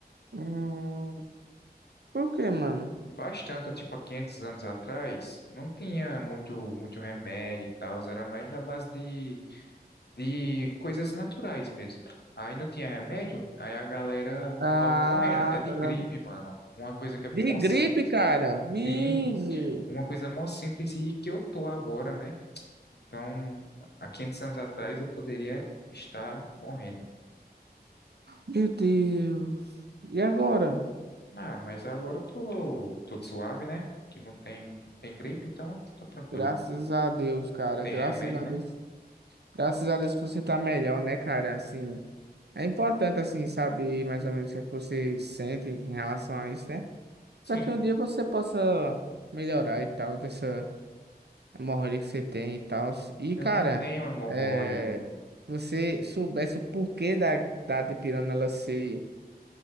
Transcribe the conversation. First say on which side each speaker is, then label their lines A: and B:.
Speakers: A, on the right; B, on the left.
A: Hum, por quê, mano?
B: bastante, tipo, há 500 anos atrás, não tinha muito, muito remédio e tal, era mais na base de, de coisas naturais mesmo. Aí não tinha remédio, aí a galera acabava
A: Ah,
B: morrendo, até
A: agora...
B: de gripe, mano. Uma coisa que é mó
A: De gripe,
B: simples.
A: cara. Vixe.
B: Sim, uma coisa mó simples e que eu tô agora, né? Então, há 500 anos atrás eu poderia estar morrendo.
A: Meu Deus. E agora?
B: Ah, mas agora eu tô, tô suave, né? Que não tem, não tem gripe, então tá tranquilo.
A: Graças a Deus, cara.
B: Tem
A: Graças
B: remédio,
A: a
B: né?
A: Deus. Graças a Deus que você tá melhor, né, cara? Assim, é importante, assim, saber mais ou menos o que é que você sente em relação a isso, né?
B: Sim.
A: Pra que um dia você possa melhorar e tal, dessa hemorroida que você tem e tal. E, cara,
B: Eu não tenho hemorroida,
A: é...
B: meu amigo.
A: você soubesse o porquê da, da dipirona ela ser,